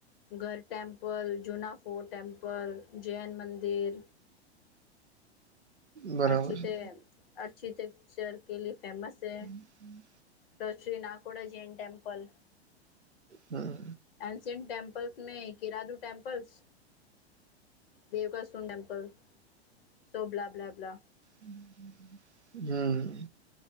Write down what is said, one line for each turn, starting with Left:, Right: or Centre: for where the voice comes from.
Left: ગર ટટેમ્પલ જૂના ફોર્ટ ટેમ્પલ જૈન મંદિર
Right: બરાબર
Left: અરછીતે
Right: છે
Left: અરચીત પિક્ચર કે લ ફેમસ છે.
Right: હમ્મ.
Left: શ્રી નાકોડા જૈન ટેમપલ.
Right: હા.
Left: એન્શિયન્ટ ટેમપલ્સ મે કેરાદુ ટેમ્પલ્સ. દેવકાસુન temple. So blah blah blah
Right: hmm.